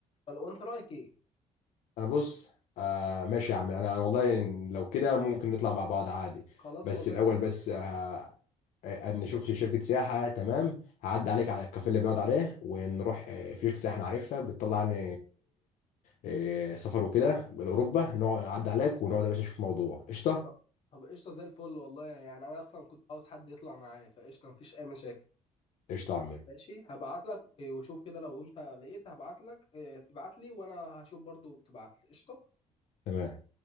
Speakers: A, on the left; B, on the left.
A: ولا وانت رايك ايه
B: انا بص آه ماشي يا عم انا أنا والله إن لو كده ممكن نطلع مع بعض عادي
A: خلاص
B: بس
A: والله
B: الاول
A: زي
B: بس آه آه، ان نشوف شركه سياحه تمام هعدي عليك على الكافيه اللي بنقعد عليه ونروح آه، في شركه سياحه انا عارفها بتطلع يعني آه، آه، سفر وكده لاوروبا نقعد اعدي عليك ونقعد يا باشا نشوف موضوع قشطه
A: طب طب قشطه زي الفل والله يعني انا اصلا كنت عاوز حد يطلع معايا فقشطه مفيش اي مشاكل
B: قشطه يا عم
A: ماشي هبعت لك وشوف كده لو انت لقيت هبعت لك اه، ابعت لي وانا هشوف برضو بتبعت لي قشطه
B: تمام